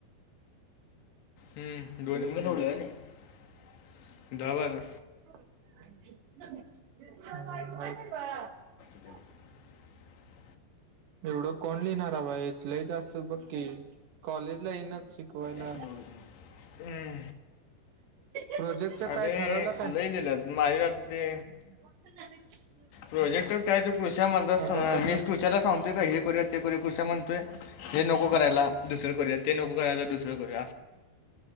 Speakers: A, on the left; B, on the right.
A: हम्म <unintelligible> दहा बारा.
B: <unintelligible>
A: <inaudible>
B: एवढं कोण लिहिणारा बा इथलंही जास्त बघ की कॉलेजला इनात. शिकवायला.
A: <unintelligible> हम्म
B: प्रोजेक्टच काय
A: अग हे
B: ठरवलं
A: लई दिल्यात माझ्या ह्यातलं दे.
B: पटकन जा <unintelligible>
A: प्रोजेक्ट काय तेच कृष्या मर्दा
B: आता
A: सां
B: कसं
A: मी कृष्याला सांगतोय का हे करूया ते करूया कृष्या म्हणतोय - हे नको करायला दुसरं करूया ते नको करायला दुसरं करूया आस.